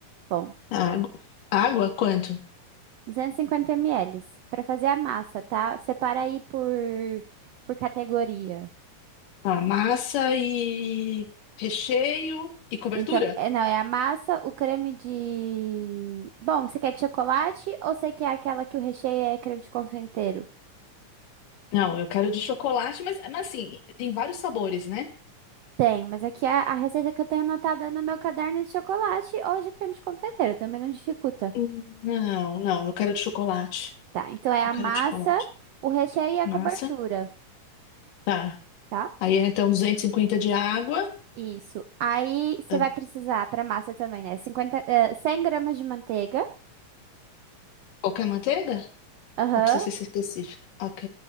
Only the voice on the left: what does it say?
água. Água? Quanto?
Tá, massa e recheio e cobertura?
Não, eu quero de chocolate, mas, mas assim, tem vários sabores, né?
Hum, Não, não, eu quero de chocolate.
Eu
quero
de chocolate.
Massa.
Tá.
Aí é, então 250 de água.
Ah,
Qualquer manteiga?
Ou precisa ser específica? Ok.